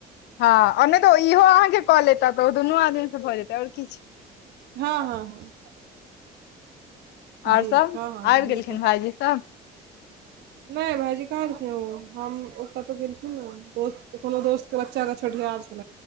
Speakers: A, on the left (about 80°); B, on the right (about 80°).
A: हँं आ नहि तऽ ओ इहो अहाँके कऽ लेता तऽ ओ दुनू आदमीसँ भऽ जेतै आओर किछ
B: हँ हँ ह
A: आओर
B: जी
A: सब
B: हँ हँ
A: आबि
B: बिल्कुल
A: गेलखिन भाईजी सब
B: नहि भायजी कहलखिन ओ हम ओ कतहु गेलखिन ने दोस्त कोनो दोस्तके बच्चाकेँ छठिहार च <inaudible>